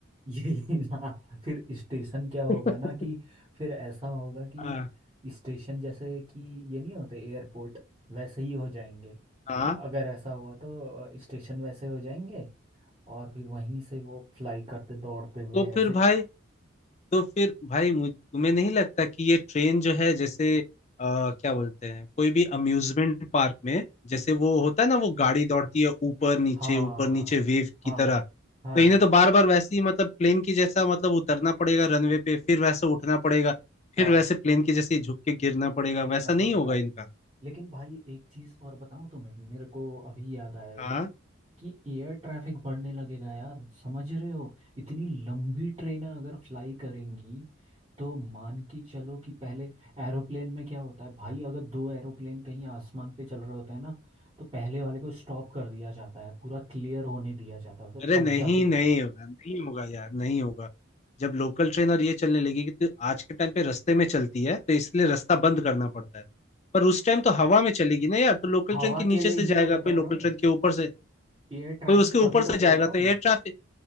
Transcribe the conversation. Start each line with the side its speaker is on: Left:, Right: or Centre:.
Right: ये <laughs> ना फिर स्टेशन क्या होगा
Left: <laughs>
Right: ना कि फिर ऐसा होगा कि
Left: हाँ
Right: स्टेशन जैसे कि ये नहीं होते एयरपोर्ट वैसे ही हो जाएंगे
Left: हाँ
Right: अगर ऐसा हुआ तो अ, स्टेशन वैसे हो जाएंगे और फिर वहीं से वो फ्लाई करते दौड़ते हुए
Left: तो
Right: ऐसे
Left: फिर भाई तो फिर भाई मुझ तुम्हें नहीं लगता कि ये ट्रेन जो है जैसे आ, क्या बोलते हैं कोई भी अम्यूजमेंट पार्क में जैसे वो होता है ना वो गाड़ी दौड़ती है ऊपर नीचे
Right: हाँ
Left: ऊपर नीचे वेव की
Right: हाँ
Left: तरह
Right: हाँ
Left: तो इन्हें तो बार बार वैसे ही मतलब प्लेन की जैसा मतलब उतरना पड़ेगा रनवे पे फिर वैसे उठना पड़ेगा फिर
Right: हाँ
Left: वैसे प्लेन की जैसे ही झुक के गिरना पड़ेगा
Right: गिरना
Left: वैसा नहीं
Right: पड़ेगा
Left: होगा इनका
Right: लेकिन भाई एक चीज और बताऊं तुम्हें मेरे को अभी याद आया ये
Left: हाँ
Right: कि एयर ट्रैफिक बढ़ने लगेगा यार समझ रहे हो इतनी लंबी ट्रेनें अगर फ्लाई करेंगी तो मान के चलो कि पहले एरोप्लेन में क्या होता है भाई अगर दो एरोप्लेन कहीं आसमान पे चल रहे होते हैं ना तो पहले वाले को स्टॉप कर दिया जाता है पूरा क्लियर होने दिया जाता है उसे
Left: अरे
Right: तब
Left: नहीं
Right: जाके
Left: नहीं होगा नहीं होगा यार नहीं होगा जब लोकल ट्रेन और ये चलने लगेगी तो आज के टाइम पे रास्ते में चलती है तो इसलिए रास्ता बंद करना पड़ता है पर उस टाइम तो हवा में चलेगी ना यार तो लोकल
Right: हवा
Left: ट्रेन के नीचे
Right: के लिए
Left: से
Right: ही
Left: जाएगा
Right: तो बता
Left: कोई लोकल
Right: रहा हूँ
Left: ट्रेन के ऊपर से
Right: एयर ट्रैफिक
Left: कोई उसके ऊपर
Right: तभी
Left: से
Right: तो
Left: जाएगा
Right: बोल रहा
Left: तो
Right: हूँ
Left: एयर ट्रैफिक